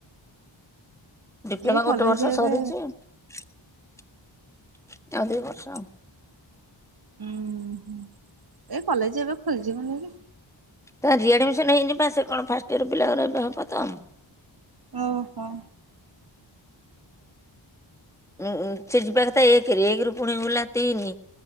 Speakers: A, in the centre; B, on the right.
A: ଡିପ୍ଲୋମା
B: ଏ
A: ଗୋଟେ
B: କଲେଜ
A: ବର୍ଷ
B: ଏବେ
A: ସରିଛି। ଆଉ ଦିଇ ବର୍ଷ।
B: ହଁ ହଁ ଏ କଲେଜ ଏବେ ଖୋଲି ଯିବନିକି।
A: ତି ରିଆଡମିସନ ହେଇନି ପା ସେ କଣ ଫାଷ୍ଟ ଇୟର ପିଲାଙ୍କର ଏବେ ହବ ତ।
B: ଓହୋ।
A: ଉଁ ସେ ଯିବା କଥା ଏକେରେ ଏକେ ରୁ ପୁଣି ବୁଲା ତିନି